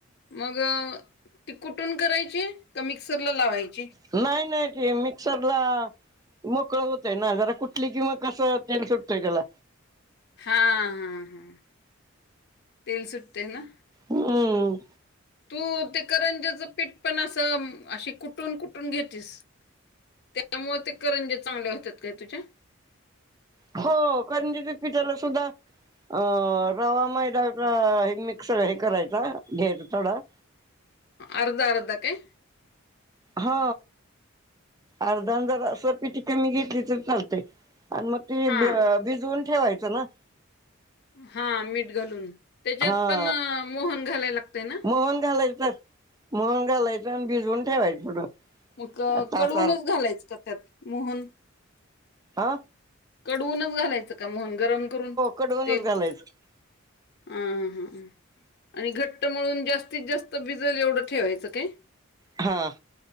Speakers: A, on the left; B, on the right.
A: मग ती कुटून करायची का मिक्सरला लावायची?
B: नाही नाही ते मिक्सरला मोकळं होतय ना जरा कुटले की मग कसं तेल सुटतोय त्याला
A: हा हा हा तेल सुटते ना
B: हम्म
A: तू ते करंजाचं पीठ पण असं अशी कुटून कुटून घेेतीस. त्यामुळ ते करंजे चांगल्या होत्यात काय तुझ्या
B: हो करंजीच्या पिठाला सुद्धा अ रवा मैदा हे मिक्सर हे करायचा घ्यायचं थोडं
A: अर्ध अर्ध काय
B: हा अर्ध अर्ध असं पिठी कमी घेतली तर चालतंय आणि मग ते
A: हां,
B: भिजवून ठेवायचं ना
A: हा मीठ घालून त्याच्यात
B: हा
A: पण मोहन घालाय लागतय ना
B: मोहन घालायचं पण मोहन घालायचं आणि भिजवून ठेवायचं थोडं
A: मग
B: तास
A: कडवूनच घालायचं का त्यात मोहन
B: आ
A: कडवूनच घालायचं का मोहन गरम करून
B: कडवूनच
A: तेल
B: घालायचं
A: आ हा हा आणि घट्ट मळून जास्तीत जास्त भिजल एवढं ठेवायचं काय
B: हां